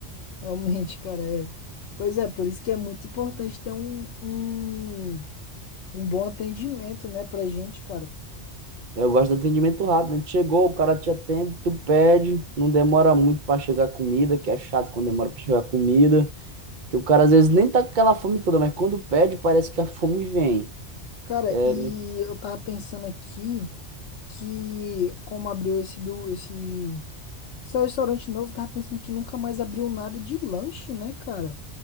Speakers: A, on the left; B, on the right.
A: realmente, <laughs> cara, é. Pois é, por isso que é muito importante ter um, um, um bom atendimento, né, pra gente, cara.
B: Eu gosto do atendimento rápido, né? Chegou, o cara te atende, tu pede, não demora muito pra chegar a comida, que é chato quando demora pra chegar a comida, que o cara às vezes nem tá com aquela fome toda, mas quando pede, parece que a fome vem.
A: Cara,
B: É,
A: e
B: me-
A: eu tava pensando aqui que como abriu esse do esse, esse restaurante novo, eu tava pensando que nunca mais abriu nada de lanche, né, cara?